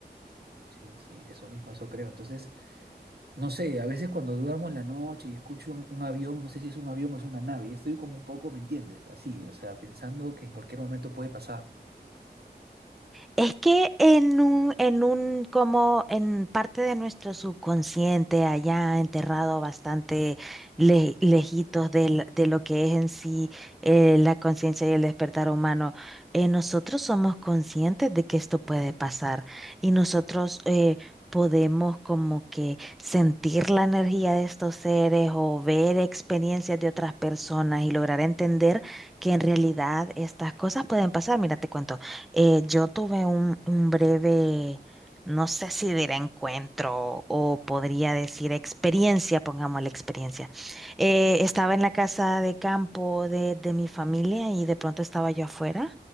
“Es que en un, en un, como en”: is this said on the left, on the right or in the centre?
Centre